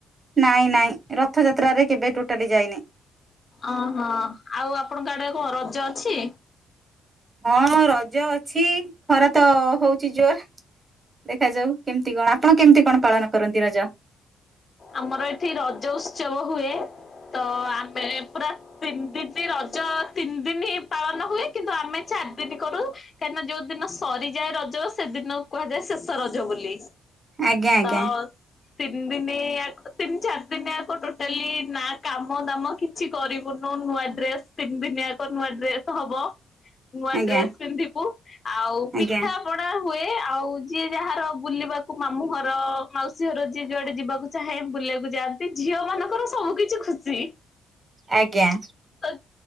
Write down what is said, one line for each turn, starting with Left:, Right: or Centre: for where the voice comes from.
Right: ନାଇଁ ନାଇଁ ରଥଯାତ୍ରାରେ କେବେ ଟୋଟାଲି ଯାଇନି।
Left: ଅହଁ ଆଉ ଆପଣଙ୍କ ଆଡେ କଣ ରଜ ଅଛି।
Right: ହଁ ରଜ ଅଛି ଖରା ତ ହଉ ଜୋର ଦେଖାଯାଉ କେମିତି କଣ ଆପଣ କେମିତି କଣ ପାଳନ କରନ୍ତି ରଜ?
Left: ଆମର ଏଠି ରଜ ଉତ୍ସବ ହୁଏ। ତ ଆମେ ପୁରା ତିନି ଦିନ ରଜ ତିନି ଦିନ ହି ପାଳନ ହୁଏ। କିନ୍ତୁ ଆମେ ଚାରି ଦିନ କରୁ କାହିଁକିନା ଯୋଉ ଦିନ ସରିଯାଏ ରଜ ସେଦିନ କୁହାଯାଏ ଶେଷ ରଜ ବୋଲି।
Right: ଆଜ୍ଞା ଆଜ୍ଞା।
Left: ତ ତିନି ଦିନ ତିନି ଚାରି ଦିନିଆକ ଟୋଟାଲି ନା କାମ ଦାମ କିଛି କରିବୁନୁ ନୂଆ ଡ୍ରେସ ତିନି ଦିନିଆକ ନୂଆ ଡ୍ରେସ ହବ। ନୂଆ
Right: ଆଜ୍ଞା
Left: ଡ୍ରେସ୍ ପିନ୍ଧିବୁ ଆଉ ପିଠା
Right: ଆଜ୍ଞା।
Left: ପଣା ହୁଏ। ଆଉ ଯିଏ ଯାହାର ବୁଲିବାକୁ ମାମୁଁ ଘର ମାଉସୀ ଘର ଯିଏ ଯୁଆଡେ ଯିବାକୁ ଚାହେଁ ବୁଲିବାକୁ ଯାଆନ୍ତି ଝିଅ ମାନଙ୍କର ସବୁ କିଛି ଖୁସି।
Right: ଆଜ୍ଞା।
Left: ତ